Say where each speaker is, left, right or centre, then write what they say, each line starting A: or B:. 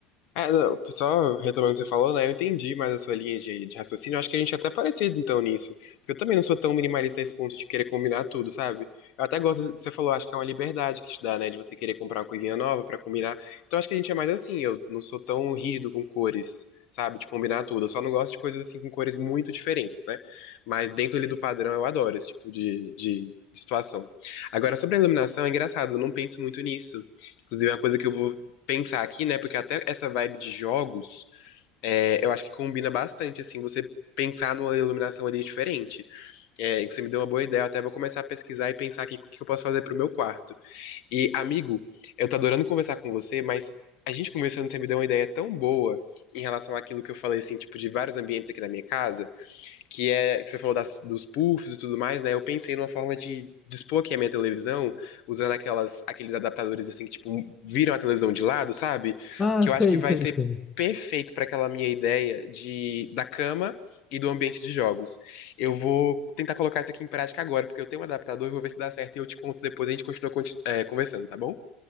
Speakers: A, on the left; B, on the left.
A: É, não, só retomando o que você falou, né? Eu entendi mais a sua linha de, de raciocínio. Eu Acho que a gente é até parecido, então, nisso. Porque eu também não sou tão minimalista a esse ponto de querer combinar tudo, sabe? Eu até gosto do que você falou, acho que é uma liberdade que te dá, né? De você querer comprar uma coisinha nova pra combinar. Então, acho que a gente é mais assim. Eu não sou tão rígido com cores, sabe? De combinar tudo. Eu só não gosto de coisas assim com cores muito diferentes, né? Mas dentro ali do padrão, eu adoro esse tipo de, de de situação. Agora, sobre a iluminação, é engraçado, eu não penso muito nisso. Inclusive, é uma coisa que eu vou pensar aqui, né? Porque até essa vibe de jogos, é, eu acho que combina bastante, assim, você pensar numa iluminação ali diferente. É, que você me deu uma boa ideia, eu até vou começar a pesquisar e pensar aqui o que eu posso fazer pro meu quarto. E, amigo, eu tô adorando conversar com você, mas a gente conversando, você me deu uma ideia tão boa em relação àquilo que eu falei, assim, tipo, de vários ambientes aqui na minha casa que é que você falou das- dos puffs e tudo mais, né? Eu pensei numa forma de dispor aqui a minha televisão usando aquelas aqueles adaptadores assim que tipo viram a televisão de lado, sabe?
B: Ah,
A: Que
B: sei,
A: eu acho que vai
B: sei,
A: ser
B: sei.
A: perfeito para aquela minha ideia de da cama e do ambiente de jogos. Eu vou tentar colocar isso aqui em prática agora, porque eu tenho um adaptador e vou ver se dá certo e eu te conto depois, a gente continua conti- é, conversando, tá bom?